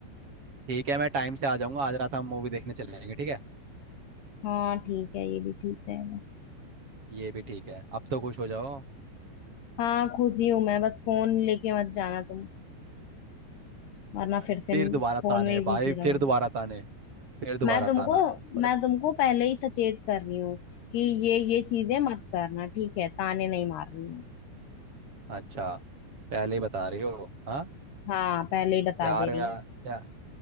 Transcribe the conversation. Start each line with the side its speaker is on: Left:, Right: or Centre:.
Right: ठीक है मैं टाइम से आ जाऊंगा आज रात हम मूवी देखने चलेंगे ठीक है
Left: हाँ ठीक है ये भी ठीक रहेगा
Right: ये भी ठीक है अब तो खुश हो जाओ
Left: हाँ खुशी हूँ मैं बस फोन लेके मत जाना तुम वरना
Right: अरे
Left: फिर से
Right: फिर दोबारा ताने
Left: फोन में ही घुसे
Right: भाई
Left: रहोगे
Right: फिर दोबारा ताने फिर दोबारा
Left: मैं तुमको
Right: ताना पर-
Left: मैं तुमको पहले ही सचेत कर रही हूँ कि ये ये चीजें मत करना ठीक है ताने नहीं मार रही हूँ
Right: अच्छा पहले ही बता रही हो हाँ
Left: हाँ पहले ही बता
Right: प्यार
Left: दे रही
Right: व्यार
Left: हूँ
Right: प्या-